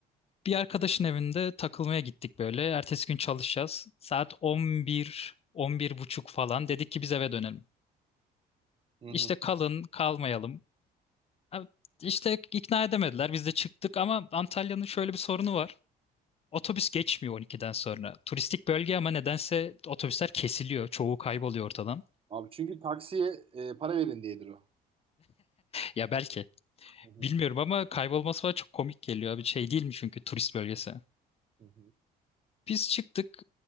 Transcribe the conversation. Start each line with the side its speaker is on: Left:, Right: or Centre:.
Left: bir arkadaşın evinde takılmaya gittik böyle. Ertesi gün çalışacağız. Saat 11, 11 buçuk falan. Dedik ki biz eve dönelim.
Right: Hı hı.
Left: İşte kalın, kalmayalım. Abi İşte ikna edemediler. Biz de çıktık ama Antalya'nın şöyle bir sorunu var. Otobüs geçmiyor 12'den sonra. Turistik bölge ama nedense otobüsler kesiliyor. Çoğu kayboluyor ortadan.
Right: Abi çünkü taksiye e, para verin diyedir o.
Left: Ya belki.
Right: Hı hı.
Left: Bilmiyorum ama kaybolması falan çok komik geliyor abi. Şey değil mi çünkü turist bölgesi.
Right: Hı hı.
Left: Biz çıktık.